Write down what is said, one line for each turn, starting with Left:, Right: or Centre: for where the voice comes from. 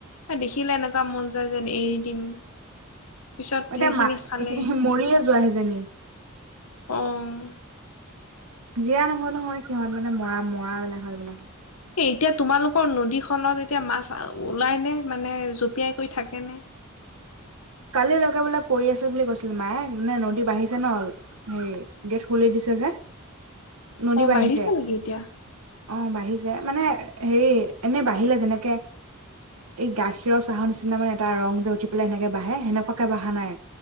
Left: এ দেখিলে এনেকুৱা মন যায় যেন এৰি দিম। পিছত
Right: এতিয়া
Left: সেইখিনি
Right: মা-মৰিয়েই
Left: খালে
Right: যোৱা সেইজনী।
Left: অ
Right: জীয়া নহয় নহয়, সিহঁত মানে মৰা মৰাবিলাকক এইবিলাকত।
Left: এ এতিয়া তোমালোকৰ নদীখনত এতিয়া মাছ-ওলাই নে? মানে জপিয়াই কৰি থাকেনে?
Right: কালি লৈকে বোলে পৰি আছিল বুলি কৈছিলে মায়ে। মানে নদী বাঢ়িছে নহ, হেৰি গেট খুলি দিছে যে। নদী
Left: অ',
Right: বাঢ়িছে
Left: বাঢ়িছ নেকি এতিয়া?
Right: অ', বাঢ়িছে। মানে হেৰি এনে বাঢ়িলে যেনেকে এই গাখীৰৰ চাহৰ নিচিনা মানে এটা ৰং যে উঠি পেলাই সেনেকে বাঢ়ে। হে সেনেকুৱাকে বঢ়া নাই।